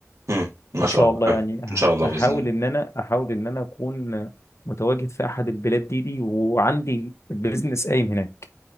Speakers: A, on the right (about 80°); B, on the left (about 65°).
A: امم ما
B: ان
A: شاء
B: شاء
A: الله
B: الله
A: حلو.
B: يعني أح-
A: ان شاء الله باذن
B: احاول
A: الله
B: ان انا احاول ان انا اكون متواجد في احد البلاد دي دي وعندي بيزنس قايم هناك